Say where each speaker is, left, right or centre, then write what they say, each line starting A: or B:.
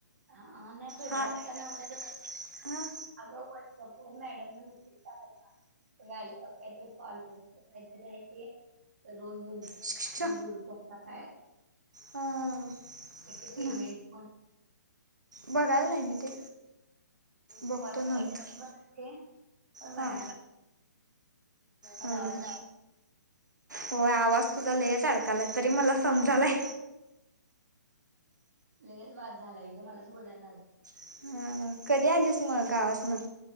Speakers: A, on the right; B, on the right.
A: हा नाही फिडबॅक
B: हां हां
A: च नव्ह ते
B: हां
A: अग नपूर मॅडम नि मेसेज टाकला <inaudible> काहीतरी कॉल काहीतरी आहे ते तर रोज दोन तुम्ही
B: श- श- श.
A: देऊ शकता काय
B: हां हां.
A: <inaudible> पेमेंट पण
B: बघायला नाही मी ते बघतो
A: फॉर्म
B: नंतर
A: भरायचाय ते बघते <inaudible>
B: हां
A: अला
B: हां
A: आवाज
B: होय आवाज तुझा लयेच अडकालाय तरी मला समजालाय
A: लच बाद झालाय ग मलाच बोलायला आ
B: हं कधी आलीस मग गावास न